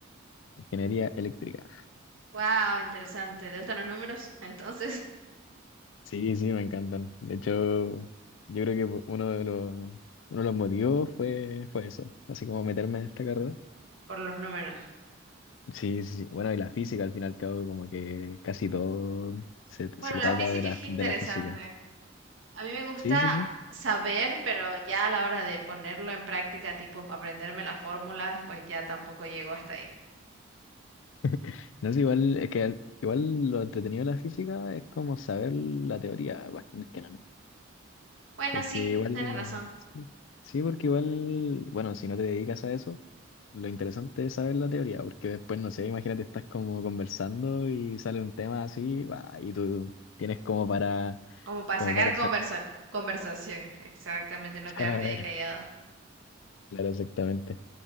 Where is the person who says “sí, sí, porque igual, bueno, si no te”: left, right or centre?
Left